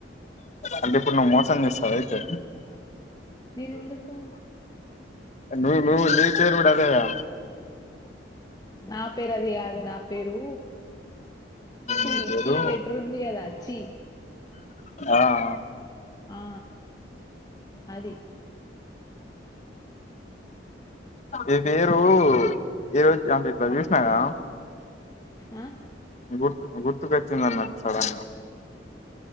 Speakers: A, on the left; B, on the left.
A: అంటే ఇప్పుడు నువ్వు మోసం చేస్తావా అయితే
B: నేనెందుకు
A: నువ్వు నువ్వు నీ పేరు కూడా అదేగా
B: నా పేరు అది కాదు నా పేరు చీ
A: నీ పేరు
B: ఛీ డెటర్ ఉంది కదా చీ
A: ఆ ఆ
B: ఆ అది
A: ఈ పేరు ఏ రోజు అంటే ఇట్లా చూసినాగా
B: ఆ
A: గుర్తు గుర్తుకొచ్చిందన్నట్టు సడన్ గా